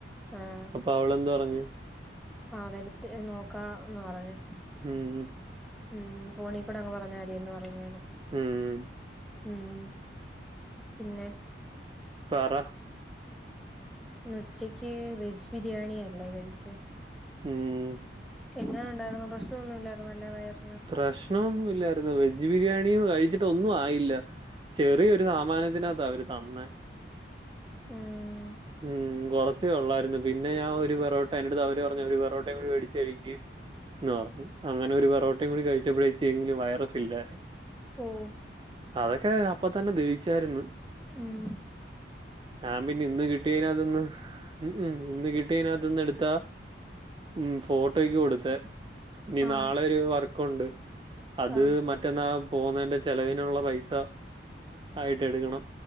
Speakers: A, in the centre; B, on the right.
A: ആഹ്
B: അപ്പൊ അവളെന്ത് പറഞ്ഞ്?
A: ആഹ് വരത്തില് നോക്കാന്ന് പറഞ്ഞ്.
B: ഉം.
A: ഉം ഫോണി കൂടെ അങ്ങ് പറഞ്ഞാതി പറഞ്ഞു ഞാന്.
B: ഉം.
A: ഉം പിന്നെ
B: പറ.
A: ഇന്നുച്ചയ്ക്ക് വെജ് ബിരിയാണിയല്ലേ കഴിച്ചേ?
B: ഉം.
A: എങ്ങനെ ഉണ്ടായിരുന്നു പ്രശ്നം ഒന്നുമില്ലായിരുന്നല്ലോ വയറി
B: പ്രശ്നമൊന്നുമില്ലായിരുന്നു വെജ് ബിരിയാണി കഴിച്ചിട്ട് ഒന്നും ആയില്ല ചെറിയൊരു സാമാനത്തിന അവര് തന്നേ.
A: ഉം.
B: ഉം കൊറ ച്ചേ ഉള്ളായിരുന്നു പിന്നെ ഞാൻ ഒരു പെറോട്ട എന്റടുത്തവര് പറ <unintelligible> ഒരു പെറോട്ടയും കൂടി മേടിച്ച് കഴിക്ക് ന്ന് പറഞ്ഞ് അങ്ങനെ ഒരു പൊറോട്ടയും കൂടി കഴിച്ചപ്പോഴ ഇച്ചിരിയെങ്കിലും വയറ് ഫിൽ ആയേ.
A: ഓഹ്
B: അതൊക്കെ അത് അപ്പൊ തന്നെ ദഹിച്ചായിരുന്നു
A: ഉം
B: ഞാൻ പിന്നെ ഇന്ന് കിട് <unintelligible> ഉം ഉം ഇന്ന് കിട്ടിയതിനകത്ത് നിന്നെടുത്താ ഉം ഫോട്ടോയ്ക്ക് കൊടുത്തേ ഇനി
A: ആഹ്
B: നാളെ ഒരു വർ കൊണ്ട് അത്
A: ആഹ്
B: മറ്റെന്നാ പോവുന്നെന്റെ ചെലവിനുള്ള പൈസ ആയിട്ട് എടുക്കണം